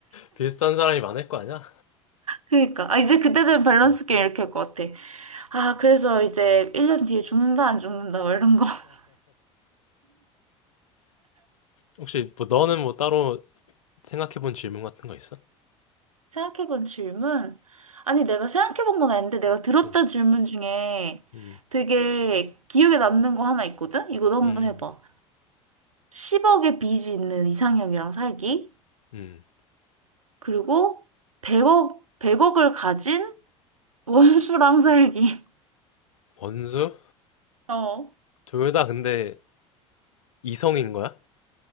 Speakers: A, on the left; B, on the right.
A: 비슷한 사람이 많을 거 아니야?
B: 그러니까. 아, 이제 그때 되면 밸런스
A: 음.
B: 게임 이렇게 할 것 같아. 아, 그래서 이제 1년 뒤에 죽는다, 안 죽는다, 막 이런 거. <laughs>
A: 혹시 뭐 너는 뭐 따로 생각해본 질문 같은 거 있어?
B: 생각해본 질문? 아니, 내가 생각해본 건 아닌데, 내가 들었던
A: 응.
B: 질문 중에
A: 음,
B: 되게 기억에 남는 거 하나 있거든? 이거 너 한번
A: 음,
B: 해봐. 10억의 빚이 있는 이상형이랑 살기,
A: 음,
B: 그리고 100억, 100억을 가진 원수랑 살기.
A: 번수?
B: <laughs> 어.
A: 둘 다 근데 이성인 거야?